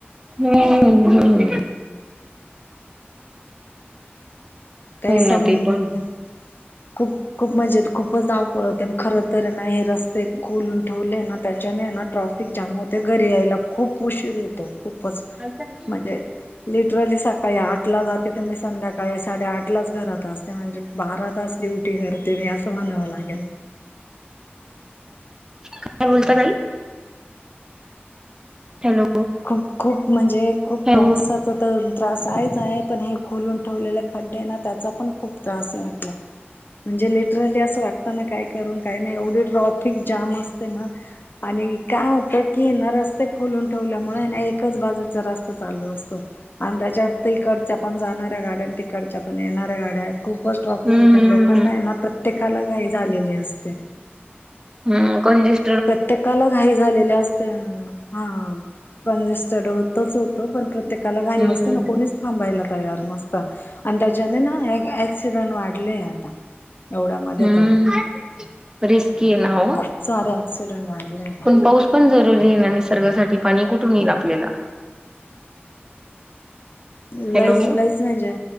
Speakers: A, on the right (about 15°); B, on the left (about 55°).
A: होय, होय, होय.
B: काही
A: हो
B: संपल
A: ना ते पण
B: खूप खूप म्हणजे खूपच धावपळ होते, खर तर ना हे रस ते खोलून ठेवलेय ना, त्याच्याने ना ट्राफिक जाम होतो. त्याच्यामुळे ना घरी यायला खूप उशीर होतो खूपच.
A: काय
B: म्हणजे, लिटरली सकाळी आठ ला जाते तर मी संध्याकाळी सकाळी साडेआठलाच घरात असते, म्हणजे बारा तास ड्युटी करते मी असं म्हणावं लागेल.
A: काय बोलता ताई, हॅलो.
B: खूप खूप म्हणजे खूप
A: हॅलो
B: पावसाचं तर त्रास आहेच आहे. पण हे खोलून ठेवलेले खड्डे्य ना, त्याचा पण खूप त्रास आहे म्हंटल. म्हणजे लिटरली असं वाटतं ना, काय करून काही नाही. एवढी ट्रॉफिक जॉम असते ना‌ आणि काय हुतय, की ना रस्ते खोलून ठेवल्यामुळे ना, एकच बाजूचा रस्ता चालू असतो्. आणि त्याच्यात तिकडच्या पण जाणाऱ्या गाड्या, आणि तिकडच्या पण येणाऱ्या गाड्या हायत. खूपच ट्रॉफिक
A: हम्म
B: होते,
A: हम्म
B: आणि लोकांना
A: हम्म
B: आहे ना प्रत्येकाला काही झालेली असते.
A: हां, कंजुष
B: प्रत्येकाला घाई झालेली असते हा. कंजेस्टेड होतच होतं, पण प्रत्येकाला घाई
A: हम्म
B: असते ना कोणीच थांबायला तयार नसतं, आणि त्याच्याने ना ऍक्सिडेंट वाढलेय आता. एवढ्या मध्ये
A: हम्म
B: तरी,
A: रिस्की आहे ना हो
B: खूप सारे ऍक्सिडेंट वाढलेय‌.
A: पण पाऊस पण जरुरी आहे ना, निसर्गासाठी पाणी कोठुन येईल आपल्याला.
B: लईच
A: हॅलो
B: लईच म्हणजे